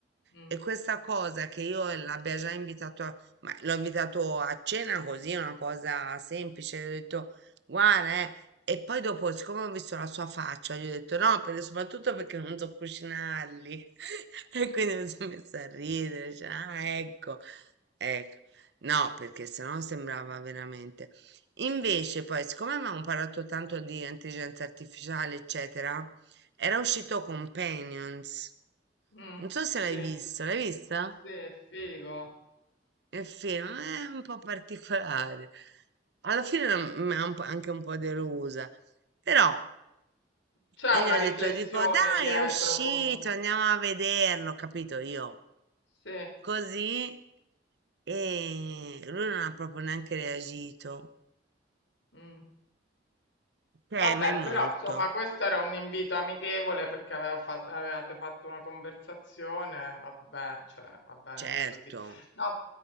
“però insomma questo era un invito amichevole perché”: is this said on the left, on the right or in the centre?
Left